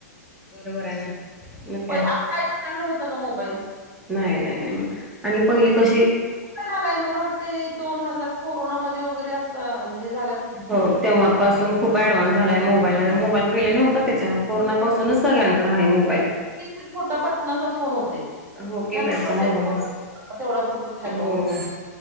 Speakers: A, in the centre; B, on the right.
A: बरोबर आहे ना मग
B: प
A: काय
B: आपल्या कलांकडे होतं का मोबाईल
A: नाही नाही नाही मग आणि पहिली कशी?
B: ला आलाय मला वाटत दोन हजार कोरोनामध्येध्ये वगैरे असं झा
A: हो तेव्हापासून खूप ऍडव्हान्स झालाय मोबाईलला मोबाईल पहिले नव्हता त्याच्या कोरोनापासूनच सगळ्यांकड आहे मोबाईल.
B: छोट्या बटनाचा फोन होते
A: हो कीपॅडचा
B: हॅलो.
A: मोबाईल असा
B: तेवढा पुुरत हॅलो.
A: हो.